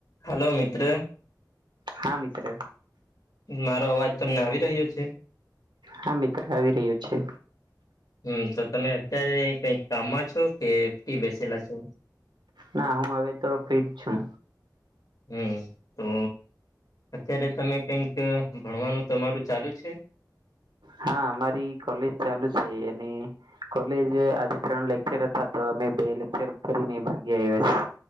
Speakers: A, on the left; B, on the right.
A: Hello મિત્ર.
B: હા મિત્ર.
A: મારો અવાજ તમને આવી રહ્યો છે.
B: હા મિત્ર આવી રહ્યો છે.
A: હમ્મ તો તમે અત્યારે કઈક કામમાં છો કે ફી બેસેલા છો.
B: ના હું હવે તો ફ્રીજ છું.
A: હમ્મ તો અત્યારે તમે કંઈક ભણવાનું તમારું ચાલુ છે.
B: હા અમારી કોલેજ ચાલુ છે અને કોલેજ આજે ત્રણ લેકચર હતા તો અમે બે લેકચર ભરી ને ભાગી આવ્યા છે.